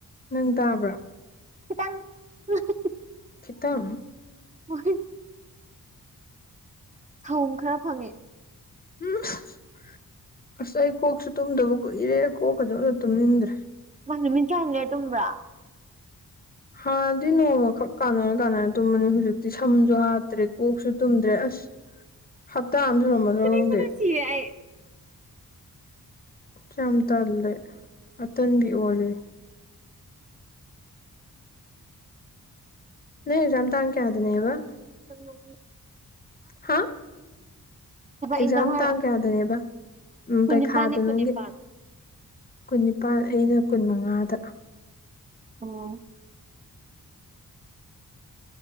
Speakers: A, on the left (about 25°); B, on the right (about 20°).
A: ꯅꯪ ꯇꯥꯕ꯭ꯔꯥ꯫
B: ꯈꯤꯇꯪ ꯍꯥ ꯍꯥ꯫
A: ꯈꯤꯇꯪ꯫
B: ꯍꯣꯏ꯫ ꯁꯍꯨꯝ ꯈꯔ ꯐꯪꯉꯦ꯫
A: ꯎꯝ ꯑꯁ ꯑꯩ ꯀꯣꯛꯁꯨ ꯇꯨꯝꯗꯕ ꯀꯨꯏꯔꯦ ꯀꯣꯛꯀꯁꯨ ꯑꯃ ꯇꯨꯝꯅꯤꯡꯗ꯭ꯔꯦ꯫
B: ꯃꯥ ꯅꯨꯃꯤꯠ ꯀꯌꯥꯅꯤ ꯂꯩꯔ ꯇꯨꯝꯕ꯭ꯔꯥ꯫
A: ꯍꯥꯟꯗꯤ ꯅꯣꯡꯃꯈꯛ ꯀꯥꯟꯅꯔ ꯀꯥꯟꯅꯔ ꯇꯨꯝꯕꯅꯤ ꯍꯧꯖꯤꯛꯇꯤ ꯁꯝꯁꯨ ꯍꯥꯠꯇ꯭ꯔꯦ ꯀꯣꯛꯁꯨ ꯇꯨꯝꯗ꯭ꯔꯦ ꯑꯁ꯫ ꯍꯞꯇꯥ ꯑꯃ ꯁꯨꯔꯝ꯫ <unintelligible>
B: ꯐꯨꯅꯤꯡꯕꯅ
A: ꯈꯪꯗꯦ
B: ꯁꯤꯔꯦ ꯑꯩ
A: ꯌꯥꯝ ꯇꯜꯂꯦ꯫ ꯑꯇꯟꯕꯤ ꯑꯣꯜꯂꯦ꯫ ꯅꯣꯏ ꯑꯦꯛꯖꯥꯝ ꯇꯥꯡ ꯀꯌꯥꯗꯅꯦꯕ ꯫
B: <unintelligible>
A: ꯍꯥ꯫
B: ꯊꯕꯛ
A: ꯑꯦꯛꯖꯥꯝ
B: ꯏꯟꯖꯥꯡ ꯍꯥꯏꯔꯣ
A: ꯇꯥꯡ ꯀꯌꯥꯗꯅꯦꯕ ꯎꯝ
B: ꯀꯨꯟꯅꯤꯄꯥꯟꯅꯤ
A: ꯄꯩꯈꯥꯗꯨ
B: ꯀꯨꯟꯅꯤꯄꯥꯟ
A: ꯅꯪꯒꯤ꯫ ꯀꯨꯟꯅꯤꯄꯥꯟ ꯑꯩꯅ ꯀꯨꯟ ꯃꯉꯥꯗ꯫
B: ꯑꯣ꯫